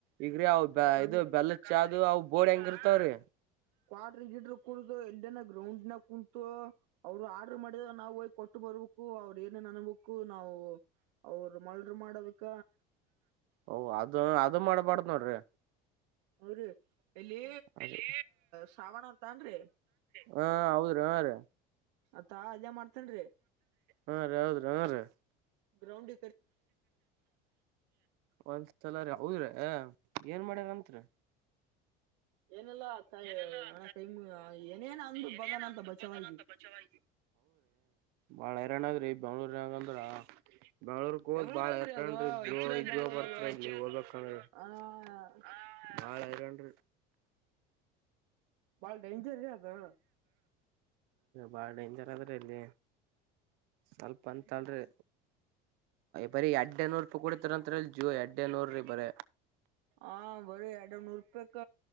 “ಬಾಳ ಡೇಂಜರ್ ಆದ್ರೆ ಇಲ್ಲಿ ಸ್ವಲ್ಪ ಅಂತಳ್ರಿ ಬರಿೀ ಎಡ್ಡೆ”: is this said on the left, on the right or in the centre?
Right